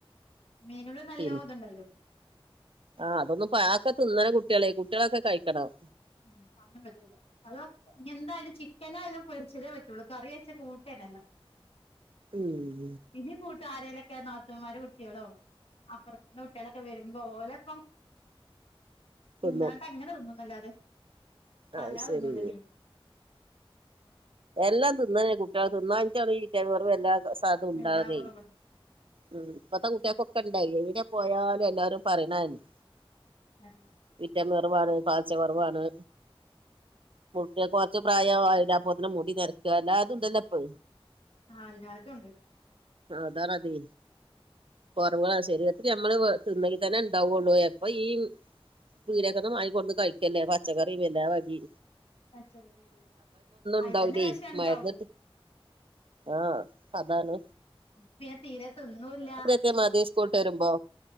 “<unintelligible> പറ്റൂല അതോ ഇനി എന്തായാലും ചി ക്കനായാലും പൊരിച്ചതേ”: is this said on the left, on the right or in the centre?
Left